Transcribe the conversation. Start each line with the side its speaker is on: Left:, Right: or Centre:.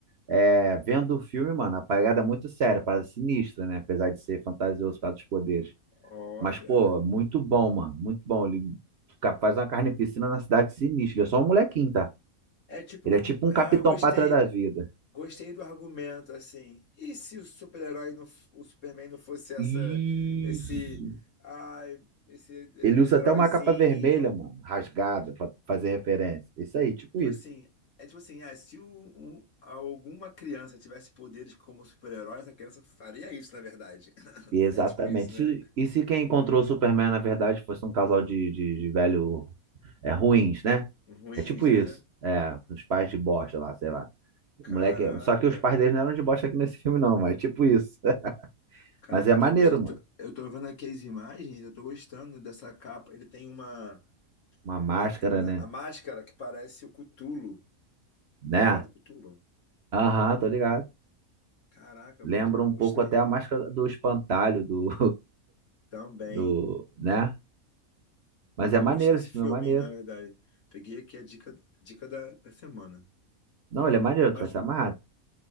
Right: é, vendo o filme, mano, a parada é muito séria, parada sinistra, né? Apesar de ser fantasioso por causa dos poderes.
Left: Olha.
Right: Mas, pô, muito bom, mano, muito bom. Ele faz uma carneficina na cidade sinistra. Ele é só um molequinho, tá?
Left: É tipo,
Right: Ele
Left: um-
Right: é tipo um
Left: é,
Right: Capitão
Left: gostei,
Right: Pátria da vida.
Left: gostei do argumento, assim. E se o super-herói, não f- o Superman não fosse essa,
Right: Isso.
Left: esse, ai, esse
Right: Ele
Left: heróizinho?
Right: usa até uma capa vermelha, mano, rasgada, pra fazer referência. Isso aí, tipo
Left: Tipo
Right: isso.
Left: assim, é tipo assim, ah, se o- o- alguma criança tivesse poderes como super-herói, essa criança faria isso, na verdade.
Right: Exatamente.
Left: É tipo isso, né?
Right: Se- E se quem encontrou o Superman, na verdade, fosse um casal de, de, de velho é, ruins, né?
Left: Ruins,
Right: É tipo isso.
Left: né?
Right: É, os pais de bosta lá, sei lá.
Left: Caraca.
Right: O moleque. Só que os pais deles não eram de bosta aqui nesse filme, não, mas é tipo isso. <laughs>
Left: Caraca,
Right: Mas é
Left: eu
Right: maneiro,
Left: tô, gost-
Right: mano.
Left: tô- eu tô vendo aqui as imagens, eu tô gostando dessa capa. Ele tem uma.
Right: Uma máscara,
Left: Na, na-
Right: né?
Left: a máscara que parece o Cthulhu.
Right: Né?
Left: Tá ligado, Cthulhu?
Right: Aham, tô ligado.
Left: Caraca,
Right: Lembra
Left: muito bom,
Right: um pouco
Left: gostei.
Right: até a máscara do espantalho do,
Left: Também.
Right: do, né? Mas
Left: Pô,
Right: é maneiro,
Left: gostei desse
Right: esse filme
Left: filme,
Right: é maneiro.
Left: hein, na verdade. Peguei aqui a dica, dica da, da semana.
Right: Não, ele é maneiro,
Left: Mas,
Right: tu vai se amarrar.